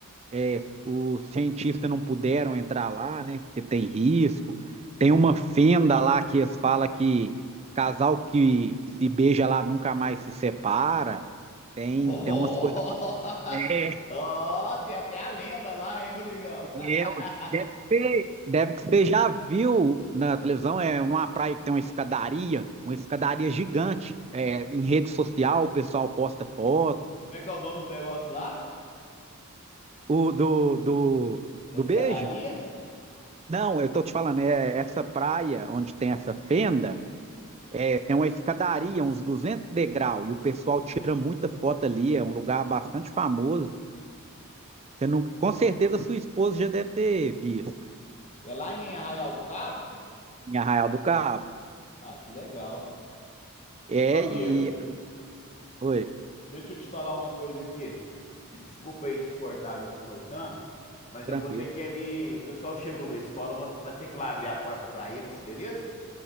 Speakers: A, on the right (about 30°); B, on the left (about 30°).
A: É, os cientistas não puderam entrar lá, né? Porque tem risco. Tem uma fenda lá que eles falam que casal que se beija lá nunca mais se separa. Tem,
B: Oh,
A: tem umas coisas. É.
B: <laughs> oh, tem até a lenda lá, hein, Rodrigão?
A: É,
B: <laughs>
A: ué. deve ser, deve que você já viu na televisão, é numa praia que tem uma escadaria, uma escadaria gigante. É, em rede social, o pessoal posta fotos.
B: Como é que é o nome do negócio lá?
A: O do, do,
B: Da
A: do
B: escadaria?
A: beijo? Não, eu tô te falando, é essa praia onde tem essa fenda, é, tem uma escadaria, uns 200 degraus, e o pessoal tira muita foto ali, é um lugar bastante famoso. Você nunca, com certeza sua esposa já deve ter visto
B: É lá em Arraial do Cabo?
A: em Arraial do Cabo.
B: Ah, que legal.
A: É,
B: Meu amigo,
A: e. Oi,
B: deixa eu te falar uma coisa aqui. Me desculpa aí te cortar, já te cortando, mas
A: tranquilo.
B: eu vou ter que ir ali. O pessoal chegou da escola, eu vou lá ter que lá abrir a porta pra eles, beleza?